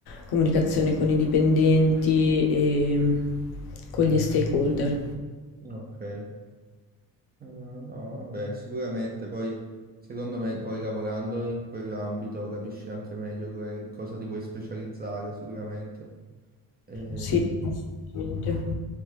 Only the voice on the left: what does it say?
comunicazione con i dipendenti e mm, con gli stakeholder.
Sì, assolutamente.